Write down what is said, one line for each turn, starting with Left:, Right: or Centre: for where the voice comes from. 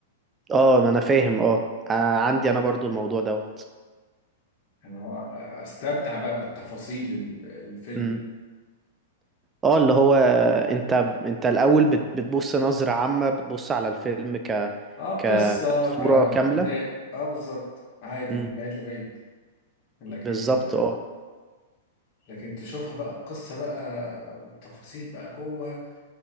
Right: اه ما أنا فاهم اه آه، عندي أنا برضو الموضوع دوت
Left: اللي هو آه، استمتع بقى بالتفاصيل ال- الفيلم
Right: امم اه اللي هو أنت أنت الأول بت- بتبص نظرة عامة بتبص على الفيلم ك
Left: اه
Right: كصورة
Left: قصة كأداء
Right: كاملة
Left: اه بالظبط عادي
Right: امم
Left: من بعيد لبعيد لكن
Right: بالظبط اه
Left: لكن تشوفها بقى القصة بقى والتفاصيل بقى جوه